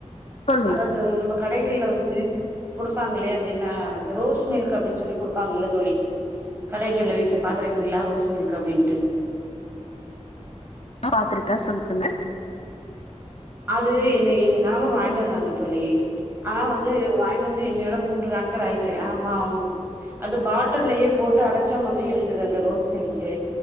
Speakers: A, on the left; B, on the right.
A: சொல்லுங்க
B: அதாவது நம்ம கடைகள்ல வந்து குடுப்பாங்களையே அந்த என்ன அந்த ரோஸ் மில்க் அப்படின்னு சொல்லி குடுப்பாங்கல்ல சொல்லி கடைகள்ல விற்கு பாத்துருக்கீங்களா ரோஸ் மில்க் அப்படின்ட்டு
A: நா பாத்தருக்கே சொல்லுங்க
B: அது என்ன எங்க நபர் வாங்கிட்டு வந்தாங்க தோழி ஆனா வந்து அது வாங்கிட்டு வந்து என்னையோட மூன்று நாட்கள் ஆயிட்டு ஆமா <unintelligible> அது பாட்டல்லயே போட்டு அடைச்சா மாதிரி இருந்தது அந்த ரோஸ் மில்க்கு